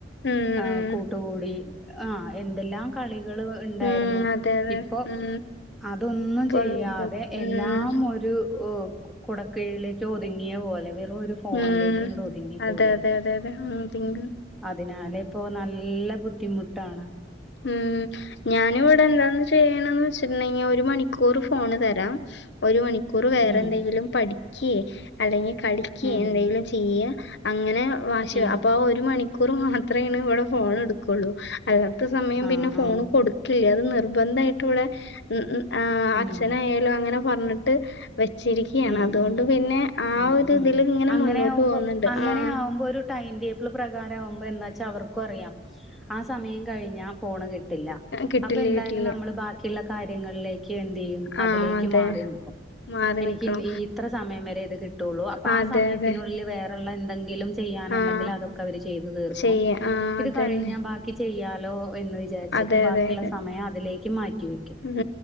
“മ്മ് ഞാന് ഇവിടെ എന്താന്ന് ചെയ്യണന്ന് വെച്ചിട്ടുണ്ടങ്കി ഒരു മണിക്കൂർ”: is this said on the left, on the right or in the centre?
Left